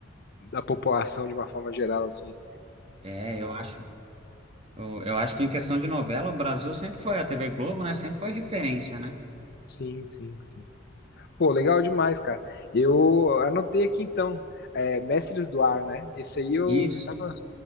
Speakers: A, on the left; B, on the right.
A: da população de uma forma geral assim.
B: É, eu acho, eu, eu acho que em questão de novela, o Brasil sempre foi a TV Globo, né? Sempre foi referência, né?
A: Sim, sim, sim. Pô, legal demais, cara. Eu anotei aqui então, é, Mestres do Ar, né? Esse aí eu,
B: Isso.
A: eu tava.